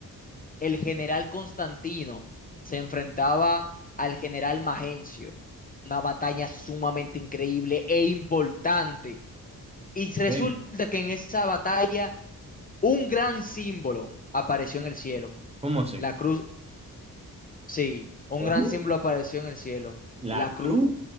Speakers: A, on the left; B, on the right.
A: el general Constantino se enfrentaba al general Magencio. Una batalla sumamente increíble e importante. Y resulta
B: Sí.
A: que en esa batalla un gran símbolo apareció en el cielo.
B: ¿Cómo así?
A: La cruz Sí, un
B: ¿Cómo?
A: gran símbolo apareció en el cielo, la
B: La cruz,
A: cruz,